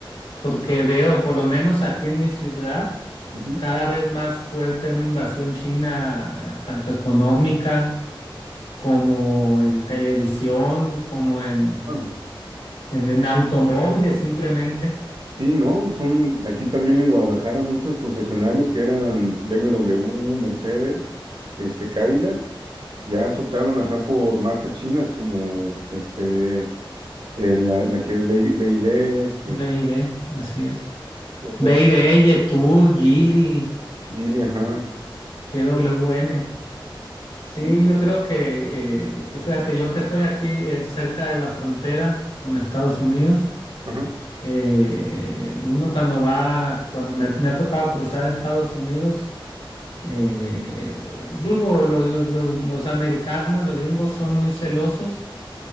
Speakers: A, on the left; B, on the right.
A: porque veo, por lo menos aquí en mi ciudad,
B: Ujú.
A: cada vez más fuerte una invasión china, eh, tanto económica como en televisión, como en,
B: Ah,
A: en, en automóviles simplemente.
B: Sí, no, son aquí también en Guadalajara muchos concesionarios que eran BMW, Mercedes, este Cadillac, ya se optaron ajá por marcas chinas como este eh, la, la que es B BI- BYD, es-
A: B y D, así es.
B: otras
A: BID, Yetur, Geely,
B: Geely, ajá.
A: G W M, Sí,
B: Y,
A: yo creo que, eh, y fíjate, yo que estoy aquí eh, cerca de la frontera con Estados Unidos,
B: Ajá.
A: eh, uno cuando va, cuando me, me ha tocado cruzar a Estados Unidos, eh, digo, los, los, los, los americanos, los gringos son muy celosos